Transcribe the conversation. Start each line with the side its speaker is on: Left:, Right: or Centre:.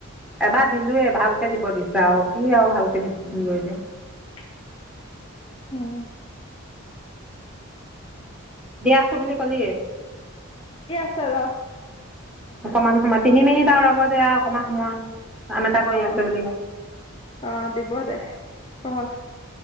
Centre: এবাৰ দিলোয়ে ভালকে দিব দিচে আউ কি আৰু ভালকে দিম গৈ এতিয়া।
Left: <unintelligible> উম
Centre: দিয়া আছো বুলি কলি।
Left: <unintelligible>
Centre: অকমান সময় তিনি মিনিট আৰু ৰ'ব দে আও অকণমান সময় কাম এটা
Left: অঁ
Centre: কৰি আছো বুলি
Left: অঁ দিব দে অঁ